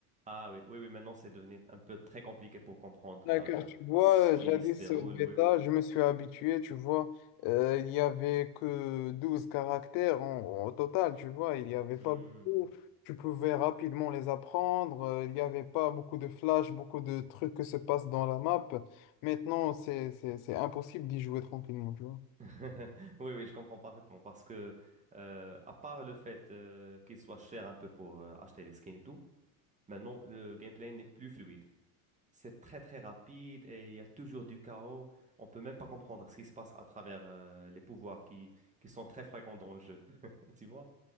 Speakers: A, on the right (about 15°); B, on the left (about 50°).
A: Ah oui, oui, oui, maintenant c'est devenu un peu très compliqué pour comprendre
B: Ouais,
A: euh,
B: Car tu vois,
A: ce qui
B: euh, jadis
A: se déroule,
B: au bêta,
A: oui, oui.
B: je me suis habitué, tu vois, euh, il n'y avait que 12 caractères en- au total, tu vois, il n'y avait pas
A: Hmm.
B: beaucoup, tu pouvais rapidement les apprendre, euh, il n'y avait pas beaucoup de flash, beaucoup de trucs qui se passent dans la map. Maintenant, c'est, c'est, c'est impossible d'y jouer tranquillement, tu vois.
A: <laughs> Oui, oui, je comprends parfaitement parce que, euh, à part le fait euh, qu'il soit cher un peu pour euh, acheter les skins et tout, maintenant le gameplay n'est plus fluide. C'est très très rapide et il y a toujours du chaos. On peut même pas comprendre ce qui se passe à travers euh, les pouvoirs qui, qui sont très fréquents dans le jeu. <laughs> Tu vois?